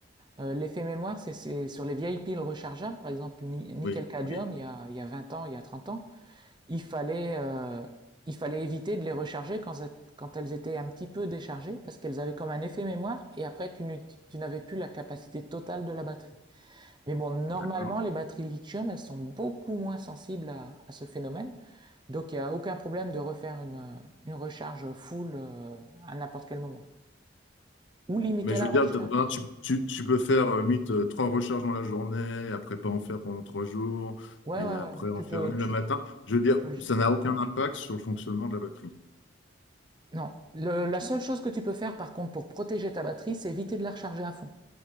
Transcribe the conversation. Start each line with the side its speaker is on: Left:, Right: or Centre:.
Right: Euh, L'effet mémoire, c'est sur les vieilles piles rechargeables, par exemple nickel-cadmium,
Left: Oui, oui.
Right: il, y a- il y a 20 ans, il y a 30 ans, Il fallait, euh, il fallait éviter de les recharger quand, quand elles étaient un petit peu déchargées parce qu'elles avaient comme un effet mémoire et après tu n'avais plus la capacité totale de la batterie. Mais bon, normalement,
Left: D'accord.
Right: les batteries lithium, elles sont beaucoup moins sensibles à, à ce phénomène. Donc il n'y a aucun problème de refaire une, euh, une recharge full euh, à n'importe quel moment. Ou limiter
Left: Mais je
Right: la
Left: veux dire,
Right: recharge.
Left: t'as besoin- tu, tu- tu peux faire euh, limite euh, trois recharges dans la journée, après pas en faire pendant trois jours,
Right: Ouais,
Left: et
Right: ouais,
Left: après
Right: ouais.
Left: en
Right: Tu
Left: faire
Right: peux,
Left: une le
Right: tu,
Left: matin. Je veux
Right: tu
Left: dire,
Right: peux.
Left: ça n'a aucun impact sur le fonctionnement de la batterie.
Right: Non. Le- la seule chose que tu peux faire, par contre, pour protéger ta batterie, c'est éviter de la recharger à fond.